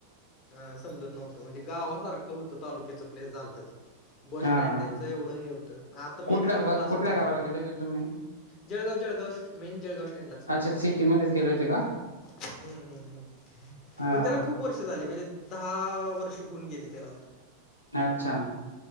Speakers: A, on the left (about 40°); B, on the left (about 85°).
A: अ समजतं नव्हतं म्हणजे गावासारखं होतं. तालुक्याच प्लेस झालत ते. बस
B: हा
A: स्टँड
B: हा
A: त्यांचं एवढं हे होतं. आता
B: कुठल्या
A: मे बी झालं
B: ब
A: असेल
B: कुठल्या
A: चांगलं.
B: गावाला गेले होते तुम्ही?
A: जळगाव - जळगाव मेन जळगाव. त्यांलाच.
B: अच्छा सिटीमध्येच गेले होते का?
A: हम्म हम्म हम्म.
B: हा
A: पण त्याला खूप खूप वर्ष झाली म्हणजे दहा वर्ष होऊन गेली त्याला आता.
B: अच्छा!